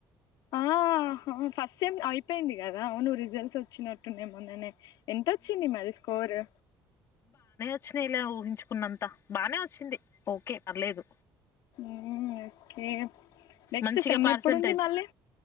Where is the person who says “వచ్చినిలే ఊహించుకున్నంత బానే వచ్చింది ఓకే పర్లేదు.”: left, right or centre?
Left